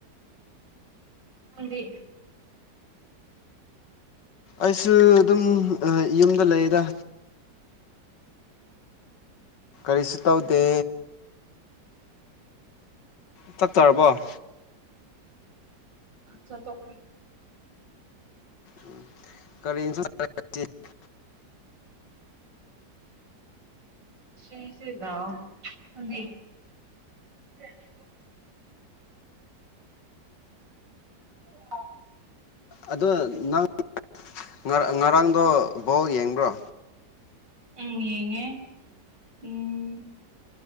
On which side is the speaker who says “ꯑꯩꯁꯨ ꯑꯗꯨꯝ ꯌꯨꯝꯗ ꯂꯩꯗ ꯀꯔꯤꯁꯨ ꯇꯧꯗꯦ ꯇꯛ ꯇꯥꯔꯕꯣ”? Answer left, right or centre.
Left